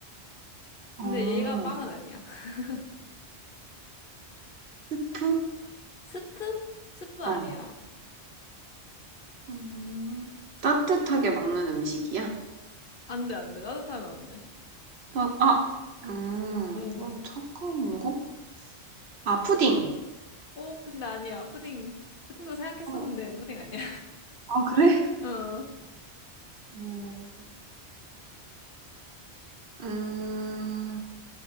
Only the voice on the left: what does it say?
근데
얘가 빵은 아니야. <laughs>
스프? 스프 아니야.
안 돼, 안 돼. 따뜻하면 안 돼.
응.
어, 근데 아니야. 푸딩. 푸딩도 생각했었는데,
푸딩 아니야.
<laughs> 어.